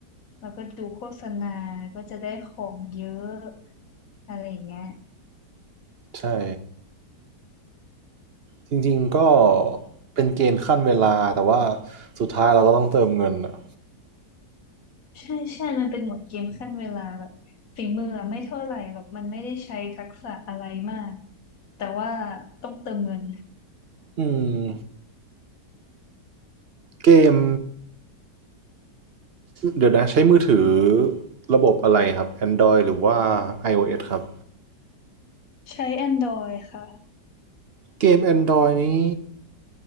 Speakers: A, on the left; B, on the right.
A: แล้วก็ดูโฆษณาก็จะได้ของเยอะอะไรอย่างเงี้ย
B: ใช่จริงๆก็เป็นเกมขั้นเวลาแต่ว่าสุดท้ายเราก็ต้องเติมเงินอะ
A: ใช่ใช่ มันเป็นหมวดเกมขั้นเวลาแบบฝีมืออะไม่เท่าไหร่หรอก มันไม่ได้ใช้ทักษะอะไรมากแต่ว่าต้องเติมเงิน
B: อืมเกม เดี๋ยวนะใช้มือถือระบบอะไรครับ Android หรือว่า iOS ครับ
A: ใช้ Android ค่ะ
B: เกม Android นี้